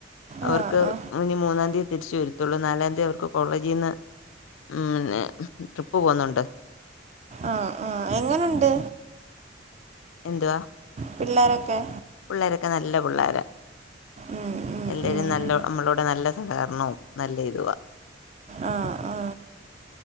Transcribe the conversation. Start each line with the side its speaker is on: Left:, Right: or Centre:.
Left: അവർക്ക്
Right: ആ ആ
Left: ഇനി മൂന്നാം തീയതി തിരിച്ച്. വെരുത്തൊള്ളു നാലാം തീ അവർക്ക് കോളേജിന്ന് ഉം പിന്നെ ട്രിപ്പ് പോുന്നുണ്ട്
Right: ആ ആ എങ്ങനുണ്ട്
Left: എന്തുവാ
Right: പിള്ളേർൊക്കെ
Left: പുള്ളേരൊക്കെ നല്ല പുള്ളോര
Right: ഉം, ഉം,
Left: എല്ലരും
Right: ഉം.
Left: നല്ല നമ്മളോടെ നല്ല സഹകരണവും നല്ല ഇതുവ
Right: ആ ആ